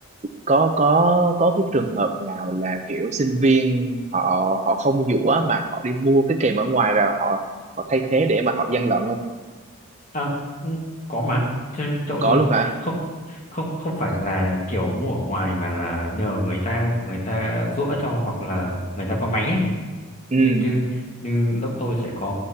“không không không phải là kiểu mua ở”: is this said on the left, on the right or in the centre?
Left